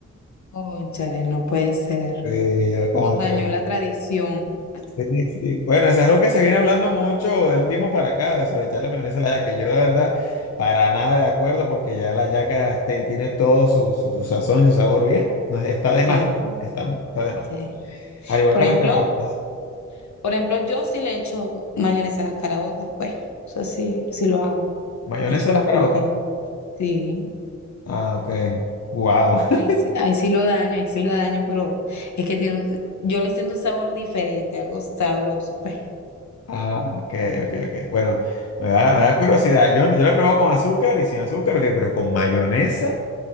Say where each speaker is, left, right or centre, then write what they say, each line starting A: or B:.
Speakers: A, on the left; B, on the left.
A: Cónchale, no puede ser.
B: Sí, yo como
A: Nos dañó
B: que,
A: la tradición.
B: sí, sí. Bueno, eso es algo que se viene hablando mucho de un tiempo para acá, de sobreecharle mayonesa a la yaca. Yo, la verdad, para nada de acuerdo, porque ya la yaca este, tiene todo su, su, su sazón y su sabor bien. No, está de
A: Sí,
B: más, está, está de más.
A: sí.
B: Al igual
A: Por
B: que
A: ejemplo,
B: las caraotas.
A: por ejemplo, yo sí le echo mayonesa a las caraotas pues. Eso sí, sí lo hago.
B: ¿Mayonesa
A: Echo
B: a
A: la
B: las caraotas?
A: culpa ahí. Sí.
B: Ah, ok. Wow. <laughs>
A: Ahí, sí ahí sí lo daño, ahí sí lo daño, pero es que tiene, yo le siento un sabor diferente, algo sabroso, pues.
B: Ah, ok, ok, ok. Bueno, me da, me da curiosidad. Yo, yo la he probado con azúcar y sin azúcar, ok, pero con mayonesa